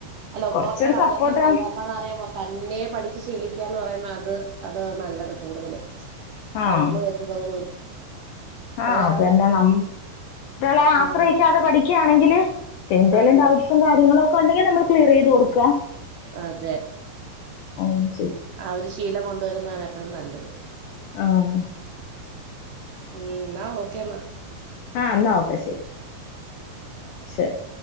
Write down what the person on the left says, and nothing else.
കൊറച്ചൊരു
സപ്പോർട്ട്
ആഹ്
ആഹ്
അത് തന്നെ നമ്മഒരാളെ ആശ്രയിക്കാതെ
പഠിക്കുകയാണെങ്കില് എന്തേലും
ഡൗട്ട് കാര്യങ്ങളൊക്കെണ്ടെങ്കിൽ നമ്മള് ക്ലിയർ ചെയ്ത് കൊടുക്ക
അങ്ങനെ ചെയ്യും.
ആഹ്
ആഹ് എന്നാ ഓക്കെ ശരി ശരി